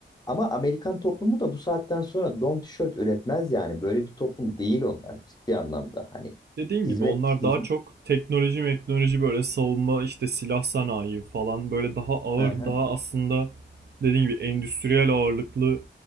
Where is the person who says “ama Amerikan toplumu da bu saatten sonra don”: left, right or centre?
Left